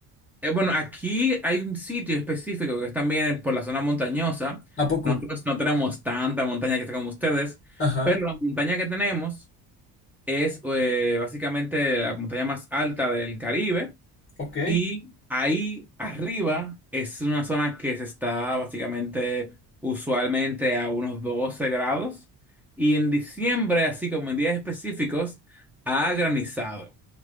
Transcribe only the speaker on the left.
¿A poco?
Ajá,
ok.